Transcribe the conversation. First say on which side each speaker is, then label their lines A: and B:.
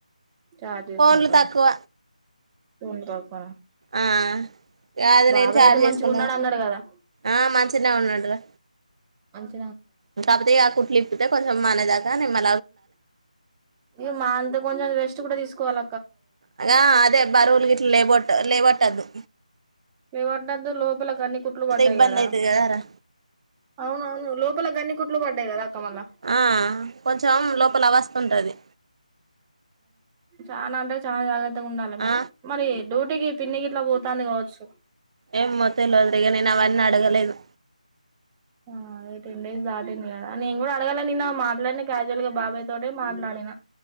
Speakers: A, on the right; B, on the right.
A: చాట్ చేసుకుంటారా
B: ఫోన్లు తక్కువ
A: <unintelligible>
B: ఆ ఇ అది
A: బాబాయ్
B: నేను చార్
A: అయితే మంచిగా
B: చేసుకున్నా
A: ఉన్నాడు అన్నాడు కదా
B: ఆ మంచినే ఉన్నాడు రా
A: అంతే
B: ఇంకాపోతే ఆ కుట్లిప్పుతే కొంత మనదాక ని మ
A: ఇమా అంత కొ వ <unintelligible> <unintelligible> కూడా తీసుకోవాల
B: అగా అదే బరువుల్గిట్ల లేపొద్ లేవాట్దు
A: వివ పడ్డదు లోపలకి అన్ని కుట్లు పడ్డాయి
B: ఇబ్బంది
A: కదా
B: అయితది కదారా
A: అవునవును లోపలకి అన్ని కుట్లు పడ్డాయి కదా అక్క మళ్ళా
B: ఆ కొంచెం లోపల వస్తుంటది
A: చానా అంట చాలా జాగ్రత్ త్తగాఉండాలి మరి
B: ఆ
A: మరి డ్యూటీకి పిన్నికి ఇట్లా పోతాంది కావచ్చు
B: ఏం మొత్తం <unintelligible> ఇల్ అద్రగ న నడగలేదు
A: ఆ ఈ టెన్డేస్ దాటింది కదా నేను కూడా అడగలె నిన్న మాట్లాడిన క్యాజువల్ గా బాబాయ్ తోటె మాట్లాడినా